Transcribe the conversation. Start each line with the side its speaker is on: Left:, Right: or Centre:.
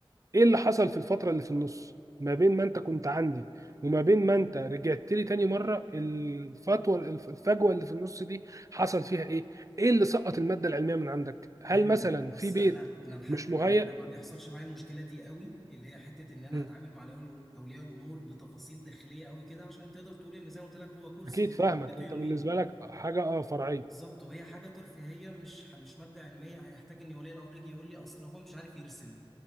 Right: إيه اللي حصل في الفترة اللي في النص ما بين ما أنت كنت عندي وما بين ما أنت رجعت لي تاني مرة الفتوى الف- الفجوة اللي في النص دي حصل فيها إيه إيه اللي سقط المادة العلمية من عندك هل
Centre: فهمتك
Right: مثلا
Centre: بس
Right: في بيت
Centre: انا انا لحد
Right: مش
Centre: يعني
Right: مهيأ
Centre: انا ما بيحصلش معايا المشكله دي قوي اللي هي حته ان انا
Right: مم.
Centre: اتعامل مع اولياء أولياء الامور بتفاصيل داخليه قوي كده عشان تقدر تقول ان زي ما قلت لك هو كورس
Right: أكيد
Centre: بيبقى
Right: فاهمك
Centre: مدته
Right: أنت
Centre: يومين
Right: بالنسبة لك حاجة أه فرعية
Centre: بالظبط وهي حاجه ترفيهيه مش ح- مش ماده علميه هيحتاج ان ولي الامر يجي يقول لي اصل هو مش عارف يرسم